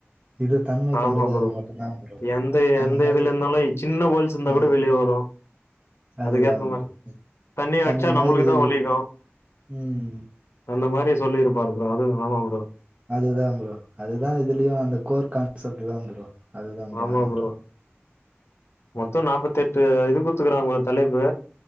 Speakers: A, on the right (about 25°); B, on the left (about 70°).
A: இது தன்மை
B: ஆமா
A: கொண்டது
B: ப்ரோ
A: அது மட்டுந்தா ப்ரோ
B: எந்த
A: அந்த
B: எந்த
A: மாரி
B: இதுல இருந்தாலு சின்ன ஹோல்ஸ் இருந்தா
A: ஆ
B: கூட வெளிய வரு
A: அதுதா
B: அதுக்கேத்த
A: ப்ரோ
B: மாரி அடிச்சா
A: தண்ணி
B: நம்மளுக்கு
A: மாரி
B: தா
A: இரு
B: வலிக்கு
A: ம்
B: அந்த மாரி சொல்லியிருப்பாரு ப்ரோ அது ஆமா ப்ரோ
A: அதுதா ப்ரோ அதுதா இதுலயு அந்த கோர் கான்செப்ட் தா ப்ரோ அதுதா
B: ஆமா
A: நெனைக்கிறே
B: ப்ரோ மொத்தோ நாப்பத்தெட்டு இது குடுத்துக்கறாங்க ப்ரோ தலைப்பு